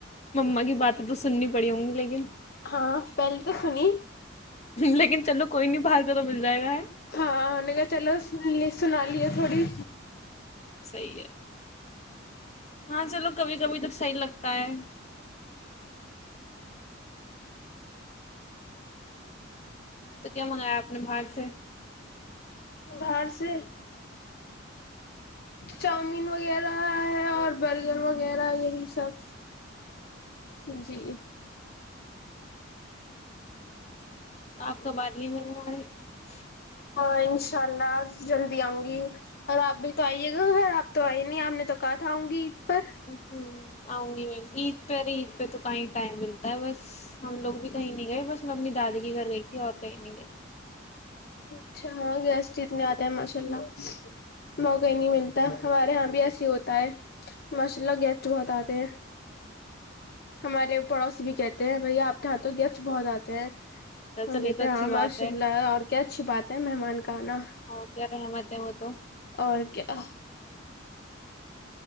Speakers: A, on the left; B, on the left.
A: مما کی باتیں تو سننی پڑی ہوں گی لیکن
B: ہاں پہلے تو سنی
A: لیکن چلو کوئی نہیں باہر کا تو مل جائے گا ہے
B: ہاں ہم نے کہا چلو سنا یہ تھوڑی
A: صحیح ہے ہاں چلو کبھی کبھی تو صحیح لگتا <unintelligible> تو کیا منگایا آپ اپ نے باہر سے
B: باہر سے چاؤمین وغیرہ ہے اور برگر وغیرہ یہی سب جی
A: <unintelligible>
B: ہاں انشاء اللہ جلدی آؤں گی اور آپ بھی تو آئیے گا گھر آپ تو ائے ہی نہیں آپ نے تو کہا تھا آؤں گی پر
A: <unintelligible> آؤں گی میی عید پر ارے عید پے تو ٹائم ملتا ہے بس ہم لوگ بھی کہیں نہیں گئے بس میں اپنے دادی کے گھر گئی تھی اور کہی نہیں گئی
B: اچھا ہاں گیسٹ جتنے آتے ماشاءاللہ
A: ہوں
B: موقع ہی نہیں ملتا ہمارے یہاں بھی ایس ہی ہوتا ہے ماشاء اللہ گیسٹ بہت آتے ت <unintelligible> ہمارے پڑوس بھی کہتے ہیں بھائی آپ کے ہاتھوں گیا بہت آتے ہیں
A: تو
B: ہم
A: چلیے
B: کہتے
A: تو
B: ہیں
A: اچھی
B: ہاں
A: بات
B: ماشاء اللہ اور کیا اچھی بات ہے مہمان کا آنا
A: ہ کیا ہے مت ہے م تو <unintelligible>
B: اور کیا